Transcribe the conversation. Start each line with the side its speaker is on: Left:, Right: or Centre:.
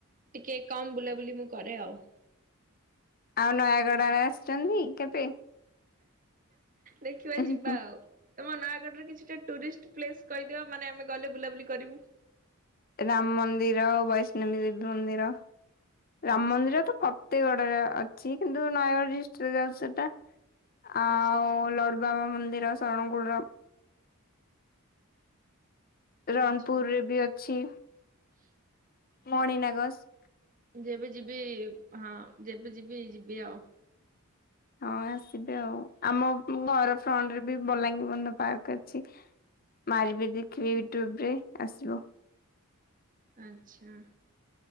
Right: ଟିକେ କମ ବୁଲାବୁଲି ମୁଁ କରେ ଆଉ।
Left: ଆଉ ନୟାଗଡ଼ ଆଡ଼େ ଆସିଛନ୍ତି କେବେ?
Right: ଦେଖିବା
Left: ହୁଁ
Right: ଯିବା
Left: ହୁଁ।
Right: ଆଉ। ତମ ନୟାଗଡ଼ରେ କିଛିଟା ଟୁରିଷ୍ଟ ପ୍ଲେସ୍ କହିଦିଅ ମାନେ ଆମେ ଗଲେ ବୁଲାବୁଲି କରିବୁ।
Left: ରାମ ମନ୍ଦିର ବୈଷ୍ଣବୀ ମନ୍ଦିର ରାମ
Right: ଆଚ୍ଛା
Left: ମନ୍ଦିର ତ ଫତେଗଡରେ ଅଛି କିନ୍ତୁ ନୟାଗଡ଼ ଡିଷ୍ଟ୍ରିକ୍ଟରେ ଯାଉ ସେଟା ଆଉ
Right: ଆଚ୍ଛା ଆଚ୍ଛା
Left: ଲଡ ବାବା ମନ୍ଦିର ଶରଣକୁଳ ରଣପୁରରେ
Right: ଆଚ୍ଛା।
Left: ବି ଅଛି।
Right: <unintelligible>
Left: ମଣିନାଗ ସ
Right: ଯେବେ ଯିବି ହଁ ଯେବେ ଯିବି ଯିବି ଆଉ।
Left: ହଁ ଆସିବେ ଆଉ ଆମ ଘର ଫ୍ରଣ୍ଟ ରେ ବି ବଲାଙ୍ଗୀ ବନ୍ଧ ପାର୍କ ଅଛି। ମାରିବି ଦେଖିବି ୟୁଟ୍ୟୁବରେ ଆସିବ।
Right: ଆଛା।